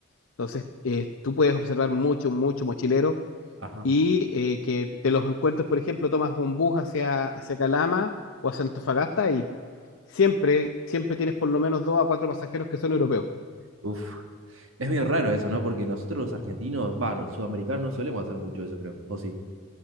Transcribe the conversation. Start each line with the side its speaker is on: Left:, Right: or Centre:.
Left: Entonces, eh, tú puedes observar mucho, mucho mochilero
Right: ajá.
Left: y eh, que te los encuentres, por ejemplo, tomas un bus hacia, hacia Calama o hacia Antofagasta y siempre, siempre tienes por lo menos dos a cuatro pasajeros que son europeos.
Right: Uf. Es medio raro eso, ¿no? Porque nosotros los argentinos, va, los sudamericanos no solemos hacer mucho eso, creo. ¿O sí?